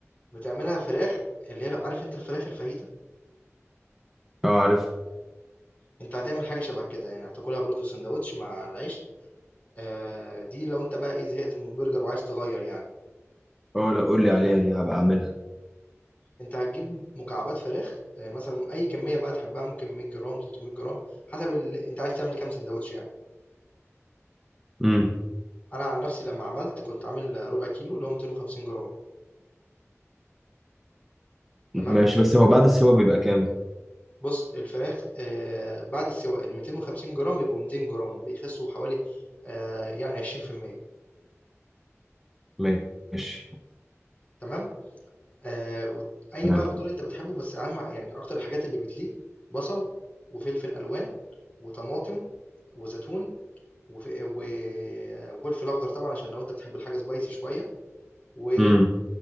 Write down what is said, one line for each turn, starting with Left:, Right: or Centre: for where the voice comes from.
Left: بتعملها فراخ اللي هي عارف انت الفراخ الفاهيتا
Centre: اه عارف
Left: انت هتعمل حاجه شبه كده يعني هتاكلها برضو سندوتش مع العيش آه، دي لو انت بقى ايه زهقت من البرجر وعايز تغير يعني
Centre: اه لا قول لي عليها دي هبقى اعملها
Left: انت هتجيب مكعبات فراخ آه، مثلا اي كميه بقى تحبها ممكن 100 جرام 300 جرام حسب ال... انت عايز تعمل كام سندوتش يعني
Centre: امم
Left: انا عن نفسي لما عملت كنت عامل ربع كيلو اللي هو 250 جرام تمام
Centre: ماشي بس هو بعد السوا بيبقى كام
Left: بص الفراخ آه، بعد السواء ال 250 جرام بيبقوا 200 جرام بيخسوا حوالي آه، يعني 20%
Centre: ماشي
Left: تمام آآ وت أي
Centre: تمام
Left: بقى خضار أنت بتحبه، بس أهم يعني أكتر الحاجات اللي بتليق بصل وفلفل ألوان وطماطم وزيتون وف و وفلفل أخضر طبعًا عشان لو أنت بتحب الحاجة spicy شوية و
Centre: امم